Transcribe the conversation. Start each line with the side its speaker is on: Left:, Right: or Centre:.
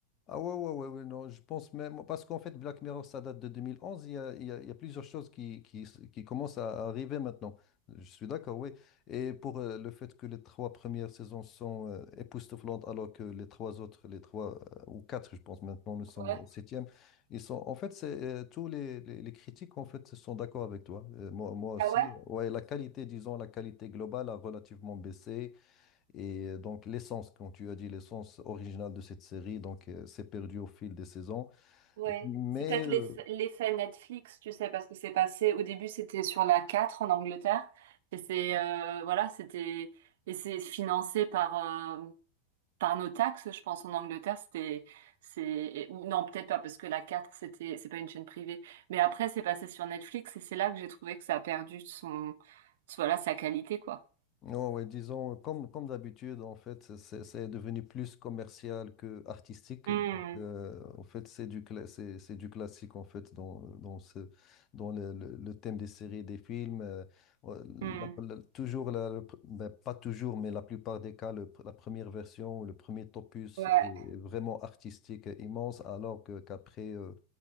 Left: Ah ouais, ouais, ouais, ouais, non, je pense même, parce qu'en fait, Black Mirror, ça date de 2011, il y a, il y a- il y a plusieurs choses qui, qui, s- qui commencent à arriver maintenant. Je suis d'accord, oui. Et pour euh, le fait que les trois premières saisons sont euh, époustouflantes, alors que les trois autres, les trois euh, ou quatre, je pense maintenant, nous sommes
Right: Ouais.
Left: au septième, ils sont, en fait, c'est, euh, tous les, les, les critiques, en fait, sont d'accord avec toi. Euh, moi, moi aussi,
Right: Ah ouais?
Left: ouais, la qualité, disons, la qualité globale a relativement baissé. Et euh, donc, l'essence, quand tu as dit l'essence originale de cette série, donc, euh, s'est perdue au fil des saisons.
Right: Ouais,
Left: Mais,
Right: c'est peut-être
Left: euh,
Right: l'eff- l'effet Netflix, tu sais, parce que c'est passé, au début c'était sur la 4 en Angleterre, et c'est, euh, voilà, c'était, et c'est financé par, euh, par nos taxes, je pense, en Angleterre, c'était, c'est, ou non, peut-être pas, parce que la quatre c'était, c'est pas une chaîne privée, mais après c'est passé sur Netflix, et c'est là que j'ai trouvé que ça a perdu son, voilà, sa qualité, quoi.
Left: ouais, ouais, disons, comme, comme d'habitude, en fait, c'est c'est- c'est devenu plus commercial que artistique.
Right: Hmm,
Left: Donc, euh, en fait, c'est du, cla- c'est, c'est du classique, en fait, dans, dans, ce, dans le, le- le thème des séries et des films. Euh, ouais, la-
Right: hmm.
Left: la- toujours, la, le pr- ben, pas toujours, mais la plupart des cas, le pr- la première version, le premier opus
Right: Ouais,
Left: est vraiment artistique et immense, alors que, qu'après, euh,